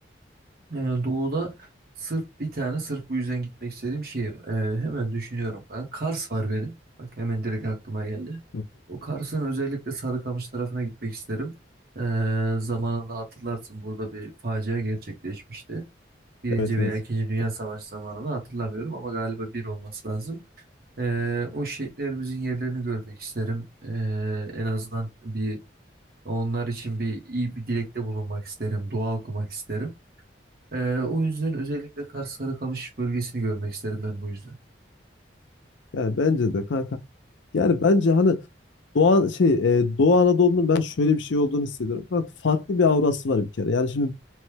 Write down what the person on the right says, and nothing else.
E, doğuda sırf bir tane sırf bu yüzden gitmek istediğim şehir. E, hemen düşünüyorum ben. Kars var benim. Bak hemen direkt aklıma geldi.
O Kars'ın özellikle Sarıkamış tarafına gitmek isterim. E, zamanında hatırlarsın burada bir facia gerçekleşmişti. Birinci
veya ikinci Dünya Savaşı zamanını hatırlamıyorum ama galiba bir olması lazım. Ee, o şehitlerimizin yerlerini görmek isterim. Ee, en azından bir onlar için bir iyi bir dilekte bulunmak isterim, dua okumak isterim. Ee, o yüzden özellikle Kars Sarıkamış bölgesini görmek isterim ben bu yüzden.